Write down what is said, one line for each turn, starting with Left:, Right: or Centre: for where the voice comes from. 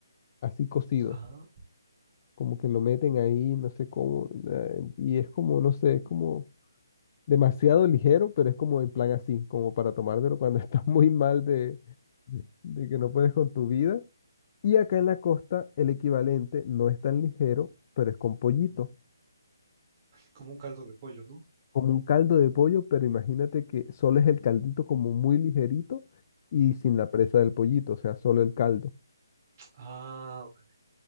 Left: así cocido.
Right: Ah,
Left: Como que lo meten ahí, no sé cómo, eh, y es como, no sé, es como demasiado ligero, pero es como en plan así, como para tomártelo cuando <laughs> estás muy mal de, de que no puedes con tu vida. Y acá en la costa el equivalente no es tan ligero, pero es con pollito,
Right: como un caldo de pollo, ¿no?
Left: como un caldo de pollo, pero imagínate que solo es el caldito como muy ligerito y
Right: Ujú.
Left: sin la presa del pollito, o sea, solo el caldo.
Right: ah, vale.